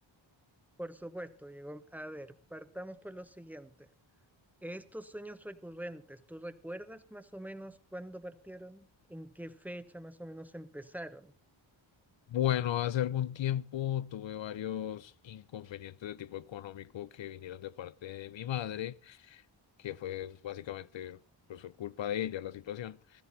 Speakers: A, in the centre; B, on the left (about 65°).
A: Por supuesto, Diego. A ver, partamos por lo siguiente. Estos sueños recurrentes, ¿tú recuerdas más o menos cuándo partieron? ¿En qué fecha más o menos empezaron?
B: Bueno, hace algún tiempo tuve varios inconvenientes de tipo económico que vinieron de parte de mi madre, que fue básicamente pues, fue culpa de ella la situación.